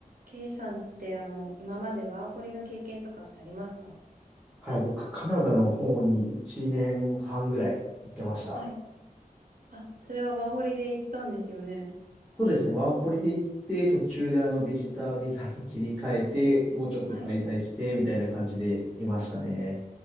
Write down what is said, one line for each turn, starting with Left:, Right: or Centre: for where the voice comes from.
Right: ケイさんって、あの、今までワーホリの経験とかってありますか
Centre: はい、僕、カナダの方に1年半ぐらい行ってました。
Right: はい、あ、それはワーホリで行ったんですよね。
Centre: そうですね、ワーホリで行って、途中であのビジタービザに切り替えて、もうちょっと滞在して、
Right: はい、
Centre: みたいな感じでいましたね。